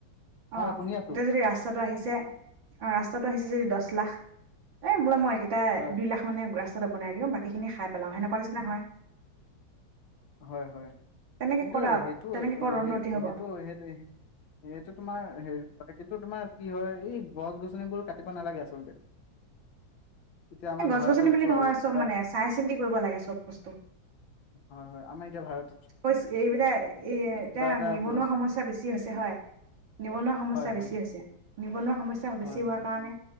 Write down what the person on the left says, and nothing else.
হয় শুনি আছো
হয়
হয় হয়
কিন্তু
সেইটো
সেই
সেইটো সেইটো সেইটো তোমাৰ হেৰি হয় কিনটো তোমাৰ কি হয় এই গছ গছনিবোৰ কাটিব নালাগে আচলতে। এতিয়া আমাৰ
ভাৰতত
চোৱা
কিবা
হয় হয় আমাৰ এতিয়া ভাৰত
এটা
বজ
হয় হয়
হয়
হয়